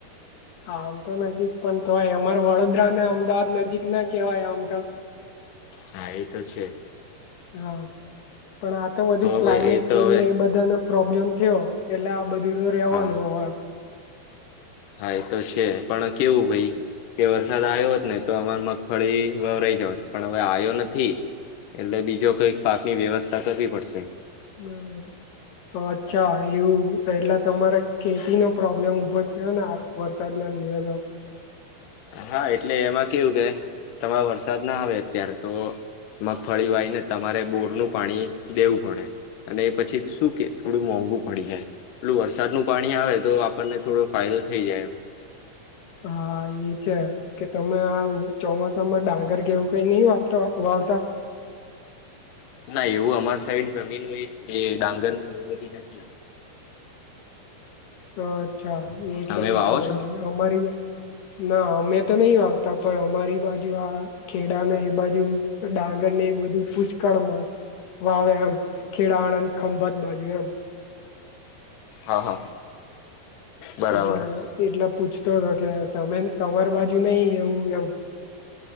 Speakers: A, on the left (about 90°); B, on the left (about 70°).
A: હા આમ તો નજીક પણ તોય અમાર વડોદરા ને અમદાવાદ નજીક ના કહેવાય આમ તો
B: હા એ તો છે
A: હા પણ આ તો વધુ ક્લાયમેટ
B: હવે એ તો
A: ચેન્જ
B: હવે
A: ને એ બધાનો પ્રોબ્લેમ થયો એટલે આ બધું તો રહેવાનું
B: હા
A: હવે
B: હા એ તો છે પણ કેવું ભાઈ કે વરસાદ આવ્યો હોત ને તો અમાર મગફળી વવરાઈ જ હોત પણ હવે આવ્યો નથી એટલે બીજો કઈક પાકની વ્યવસ્થા કરવી પડશે
A: હમ હમ અચ્છા એવું એટલે તમારે ખતી નો પ્રોબ્લેમ ઉભો થયો ને વરસાદ ના લીધા તો
B: હા એટલે એમાં કેવું કે તમારો વરસાદ ના આવે અત્યારે તો મગફળી વાય ને તમારે બોર નું પાણી દેવું પડે અને પછી શું કે થોડું મોંઘુ. પડી જાય પેલું વરસાદ નું પાણી આવે તો આપણને થોડો ફાયદો થઈ જાય.
A: હા એ છે કે તમે આવું. ચોમાસામાં ડાંગર કેવું કઈ નહ વાપતા વાવતા
B: ના એવું અમાર સાઈડ જમીન હોય એ ડાંગર ની ગવતી નથી.
A: અચ્છા એ એટલે
B: તમે
A: એ
B: વાવો
A: પ્રોબ્લેમ
B: છો
A: છે અમારી. ના અમે તો નહી વાગતા પણ અમારી બાજુ આ ખેડાને એ બાજુ ડાંગર ને એ બધું પુષ્કળમાં વાવે એમ ખેડા આણંદ ખંભત બાજુ એમ
B: હા હા. બરાબર
A: એટલે એટલે પૂછતો હતો કે તમે તમાર બાજુ નઈ એવું એમ